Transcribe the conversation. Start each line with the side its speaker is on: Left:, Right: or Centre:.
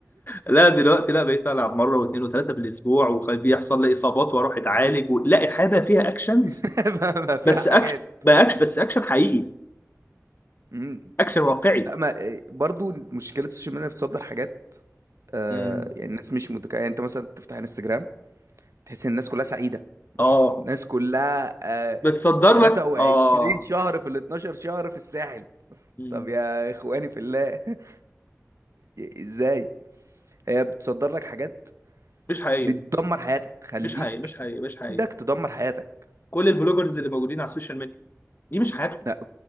Left: لا دلوقتي لا بقيت العب مره واثنين وثلاثه في الاسبوع وبيحصل لي اصابات واروح اتعالج و... لا الحياه بقى فيها اكشنز
Right: <laughs> ما ما فيها
Left: بس
Right: حاجات
Left: اكشن بقى اكشن بس اكشن حقيقي
Right: مم.
Left: اكشن واقعي
Right: لا ما برضو مشكلة السوشيال ميديا بتصدر حاجات آه
Left: امم
Right: يعني الناس مش مدركة يعني انت مثلا تفتح انستجرام تحس ان الناس كلها سعيدة
Left: اه
Right: الناس كلها آه
Left: بتصدر
Right: 23
Left: لك اه
Right: شهر في ال 12 شهر في الساحل
Left: مم.
Right: طب يا اخواني في الله <laughs> ازاي هي بتصدر لك حاجات
Left: مش حقيقي
Right: بتدمر حياتك تخليك
Left: مش حقيقي مش حقيقي
Right: بايدك
Left: مش حقيقي
Right: تدمر حياتك
Left: كل البلوجرز اللي موجودين على السوشيال ميديا دي مش حياتهم
Right: لا،